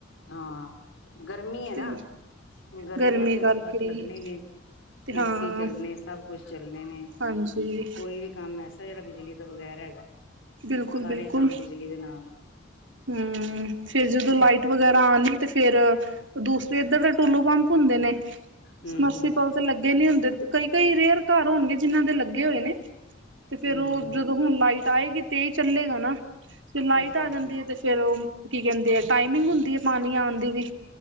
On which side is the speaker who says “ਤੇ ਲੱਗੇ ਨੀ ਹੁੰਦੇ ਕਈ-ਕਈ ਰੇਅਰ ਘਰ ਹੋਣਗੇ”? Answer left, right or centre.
Right